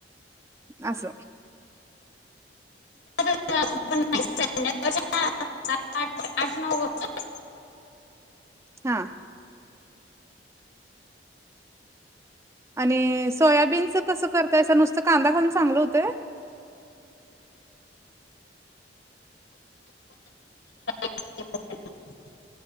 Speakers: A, on the right; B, on the left.
A: अस.
B: <unintelligible> स आठ आठ नऊ वाज
A: हा आणि सोयाबीनच कसं करताय असं नुसतं कांदा घालून चांगलं हुतय <inaudible>
B: <unintelligible>